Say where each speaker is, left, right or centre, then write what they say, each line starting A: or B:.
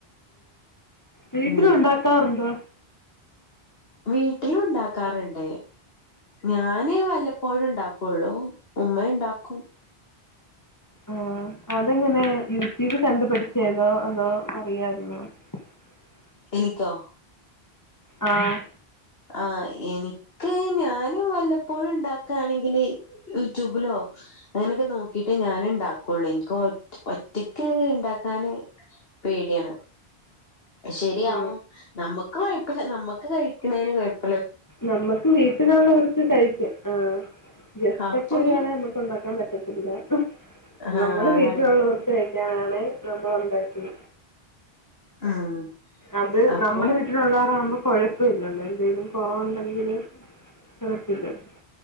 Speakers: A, on the left; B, on the left.
A: വീട്ടില്
B: ഉം
A: ഉണ്ടാക്കാറുണ്ടോ?
B: വീട്ടിലും ഉണ്ടാക്കാറുണ്ട്. ഞാന് വല്ലപ്പോഴും ഉണ്ടാക്കുള്ളു. ഉമ്മ ഇണ്ടാക്കും.
A: ആ അതെങ്ങനെ യൂട്യൂബ് കണ്ടുപഠിച്ചേന്നൊ അതോ <unintelligible>
B: എനിക്കോ
A: ആഹ്
B: ആ എനിക്ക് ഞാനും വല്ലപ്പോഴും ഉണ്ടാക്കാണെങ്കില് യൂട്യൂബിലോ അങ്ങനെയൊക്കെ നോക്കിട്ടേ ഞാൻ ഉണ്ടാക്കുള്ളൂ. എനിക്ക് ഒ ഒറ്റക്ക് ഉണ്ടാ ന് പേടിയാണ് ശരിയാവോ
A: ആ.
B: നമുക്ക് കൊഴപ്പല്ല. നമ്മുക്ക് കഴിക്ക്ണേന് കുഴപ്പ
A: നമ്മുക്ക് വീട്ടുകാണവർക്ക് കഴിക്ക ആ ഗസ്റ്റ്ക്കെ
B: അപ്പൊ
A: വരുവാണേ
B: ഒരു
A: നമുക്ക് ഉണ്ടാക്കാൻ പറ്റത്തില്ല. ഹ
B: ആഹ്
A: നമ്മുടെ
B: അതാണ്
A: വീട്ടിലുള്ളവർക്ക് <unintelligible> നമ്മള് ഉണ്ടാക്കി
B: ഉം
A: അത്
B: അപ്പൊ
A: നമ്മുടെ വീട്ടിലുള്ളവരാ വുമ്പോ കൊഴപ്പഇല്ലല്ലോ എന്തേലും കൊറവുണ്ടെങ്കില് <unintelligible>